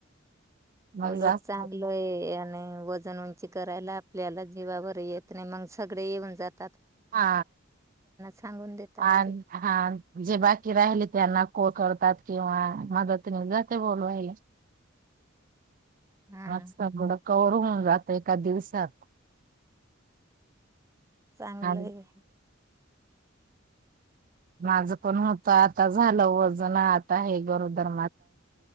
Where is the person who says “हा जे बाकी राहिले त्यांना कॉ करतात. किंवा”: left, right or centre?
Right